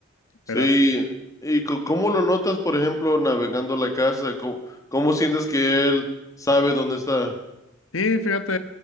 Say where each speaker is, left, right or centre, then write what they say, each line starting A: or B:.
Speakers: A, on the left (about 15°); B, on the left (about 80°).
A: Sí,
B: Pero así.
A: ¿y c- cómo lo notas, por ejemplo, navegando la casa? ¿Cómo, cómo sientes que él sabe dónde está?
B: Sí, fíjate,